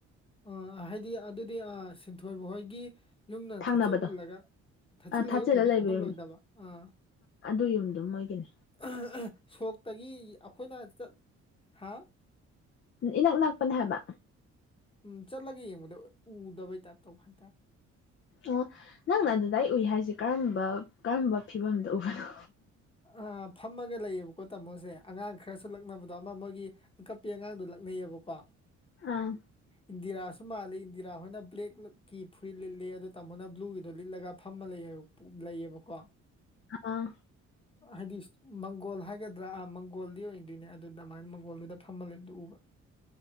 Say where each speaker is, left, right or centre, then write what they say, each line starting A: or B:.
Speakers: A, on the left; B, on the left.
A: ꯑꯣ ꯍꯥꯏꯗꯤ ꯑꯗꯨꯗꯤ ꯑꯥ ꯁꯤꯟꯊꯣꯏꯕ ꯍꯣꯏꯒꯤ ꯌꯨꯝꯅ
B: ꯊꯪꯅꯕꯗꯣ
A: ꯊꯠꯆꯤꯜꯂꯒ ꯊꯠꯆꯤꯜꯂꯒ
B: ꯊꯥꯆꯤꯜꯂ
A: ꯎꯗꯤ
B: ꯂꯩꯕ
A: ꯎꯍꯜꯂꯣꯏꯗꯕ
B: ꯌꯨꯝꯅꯤ
A: ꯑꯥ
B: ꯑꯗꯨ ꯌꯨꯝꯗꯣ ꯃꯣꯏꯒꯤꯅꯦ
A: <unintelligible> ꯁꯣꯛꯇꯒꯤ ꯑꯈꯣꯏꯅ ꯆꯠ ꯍꯥ
B: ꯏꯅꯛ ꯅꯛꯄꯅꯦ ꯍꯥꯏꯕ
A: ꯎꯝ ꯆꯠꯂꯒ ꯌꯦꯡꯕꯗ ꯎꯗꯕꯩ ꯇꯥꯏꯞ ꯇꯧꯕ ꯍꯥꯏꯇꯥꯔꯦ
B: ꯑꯣ ꯅꯪꯅ ꯑꯗꯨꯗꯩ ꯎꯨꯏ ꯍꯥꯏꯖꯦ ꯀꯔꯝꯕ ꯀꯔꯝꯕ ꯐꯤꯕꯝꯗ ꯎꯕꯅꯣ
A: ꯑꯥ ꯐꯝꯃꯒ ꯂꯩꯌꯦꯕꯀꯣ ꯇꯝꯃꯣꯖꯦ ꯑꯉꯥꯡ ꯈꯔꯁꯨ ꯂꯛꯅꯕꯗꯣ ꯑꯃꯥ ꯃꯣꯏꯒꯤ ꯑꯀꯞꯄꯤ ꯑꯉꯥꯡꯗꯣ ꯂꯛꯅꯩꯑꯕꯀꯣ
B: ꯑꯥ
A: ꯏꯟꯗꯤꯔꯥꯁꯨ ꯃꯥꯜꯂꯤ ꯏꯟꯗꯤꯔꯥ ꯍꯣꯏꯅ ꯕ꯭ꯂꯦꯛꯅ ꯀꯤ ꯐꯨꯔꯤꯠ ꯂꯤꯠꯂꯤ ꯑꯗꯨ ꯇꯥꯃꯣꯅ ꯕ꯭ꯂꯨꯒꯤꯗꯣ ꯂꯤꯠꯂꯒ ꯐꯝꯃ ꯂꯩ ꯄꯨ ꯂꯩꯌꯦꯕꯀꯣ
B: ꯑꯥ
A: ꯑ ꯍꯥꯏꯗꯤ ꯁ ꯃꯪꯒꯣꯜ ꯍꯥꯏꯒꯗ꯭ꯔꯥ ꯑꯥ ꯃꯪꯒꯣꯜꯗꯤ ꯑꯣꯏꯗꯣꯏꯅꯦ ꯑꯗꯨꯗ ꯃꯥꯏꯟ ꯃꯪꯒꯣꯜꯗꯨꯗ ꯐꯝꯃ ꯂꯩꯕꯗꯨ ꯎꯕ